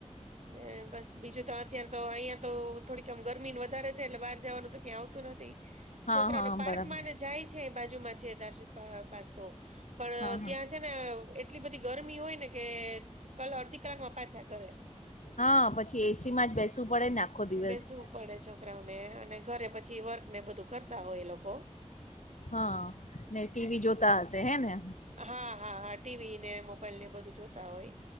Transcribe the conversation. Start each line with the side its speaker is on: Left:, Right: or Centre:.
Right: ને બસ બીજું તો, અત્યારે તો અહિયાં તો થોડીક ગરમી વધારે. એટલે બહાર જવાનું તો ક્યાં આવતું નથી,
Left: હા
Right: છોકરાને
Left: હા
Right: પાર્ક
Left: બરાબર
Right: મા ને જાય છે, બાજુ માં છે, દારશન પા તો પણ
Left: હા હા
Right: ત્યાં છે ને એટલી બધી ગરમી હોય ને કે, કલ અડધી કલાકમાં પાછા ઘરે
Left: હા, પછી એસી માં જ બેસવું પડે ને. આખો દિવસ
Right: બેસવું પડે, છોકરાઓને અને ઘરે પછી વર્ક ને બધું કરતા હોય એ લોકો.
Left: હા ને, ટીવી જોતા હશે હે ને.
Right: હા, હા, હા ટીવી ને, મોબાઈલ ને બધું જોતા હોય.